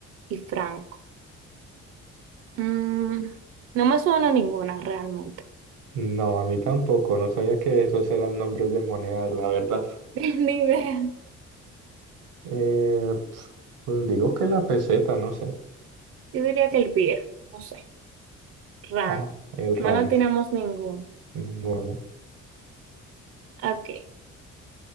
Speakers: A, on the right; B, on the right.
A: y franco. Mm, no me suena ninguna realmente.
B: No, a mí tampoco. No sabía que esos eran nombres de monedas, la verdad.
A: <laughs> Ni idea.
B: Eh, pf, pues digo que la peseta, no sé.
A: Yo diría que el birr. No sé. Rand.
B: Ah, el rand.
A: No la atinamos ningún.
B: Ninguno.
A: Ok.